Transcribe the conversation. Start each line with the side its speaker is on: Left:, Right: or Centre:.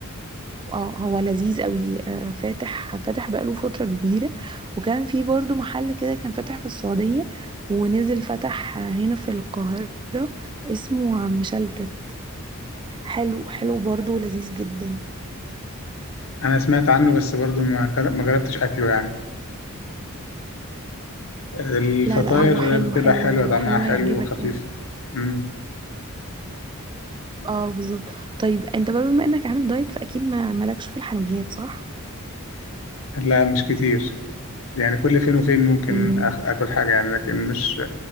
Right: اه هو لذيذ قوي آه، فاتح فاتح بقاله فترة كبيرة وكان في برضو محل كده كان فاتح في السعودية ونزل فتح هنا في القاهرة اسمه عم شلتت حلو حلو برضو لذيذ جدا
Left: انا سمعت عنه بس برضو ما جر- ما جربتش اكله يعني الفطاير
Right: لا لا هو حلو
Left: بتبقى
Right: حلو
Left: حلوه طعمها
Right: حلو
Left: حلو
Right: هيعجبك
Left: وخفيف
Right: يعني
Left: امم
Right: اه بالظبط طيب انت بقى بما انك عامل دايت فاكيد ما مالكش في الحلويات صح؟
Left: لا مش كتير يعني كل فين وفين ممكن
Right: مم.
Left: أخ- اكل حاجه يعني لكن مش